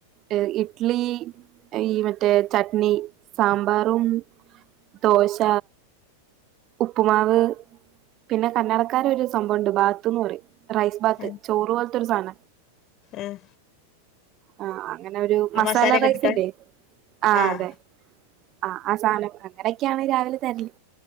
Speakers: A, on the right; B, on the left.
A: ഹ് ഇഡ്ലി ഈ മറ്റേ ചട്നി സാമ്പാറും. ദോശ. ഉപ്പുമാവ് പിന്നെ കന്നടക്കാര ഒരു സംഭവുണ്ട് ബാത്ത്ന്ന് പറയും. റൈസ് ബാത്ത്
B: ഉം
A: ചോറു പോൽത്തൊരു സാന.
B: ഉം
A: ആ അങ്ങനെ ഒരു
B: ആ
A: മസാല
B: മസാലയൊക്കെ
A: റൈസ്ല്ലേ
B: ഇട്ടിട്ടാ
A: ആ
B: ആഹ്
A: അതെ. ആഹ് ആ സാധം അങ്ങനൊക്കെയാണ് രാവിലെ തരല്.